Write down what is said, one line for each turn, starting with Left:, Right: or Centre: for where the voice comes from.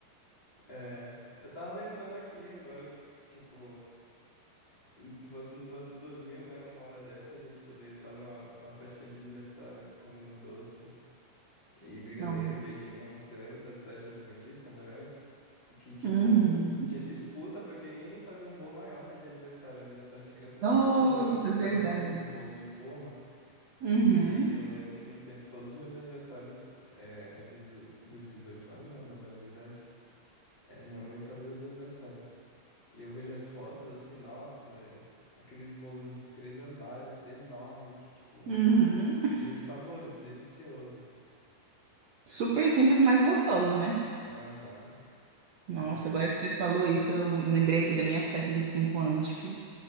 Left: É, eu tava lembrando aqui, agora, tipo, se fosse nos anos 2000, né? Uma hora dessa a gente poderia estar numa numa festinha de aniversário comendo doce. E brigadeiro,
Right: Não.
Left: beijinho. Você lembra das festas infantis, como era antes? Que, tipo,
Right: Uhum.
Left: tinha disputa pra quem fazia um bolo maior, né? De aniversário. Aniversário de criança era
Right: Nossa,
Left: bem comum fazer
Right: verdade.
Left: aqueles bolo de forma.
Right: Uhum.
Left: E eu lembro que no tempo, todos os meus aniversários, é, antes do- dos 18 anos, né? Da maioridade, é, minha mãe fazia os aniversários. E eu vejo as fotos assim, nossa, velho. Aqueles bolos de três andares enorme, que, tipo.
Right: Uhum.
Left: E os sabores, delicioso.
Right: Super simples, mas gostosos, né?
Left: Aham,
Right: Nossa,
Left: eu lembro.
Right: agora que você falou isso, eu lembrei aqui da minha festa de cinco anos, tipo,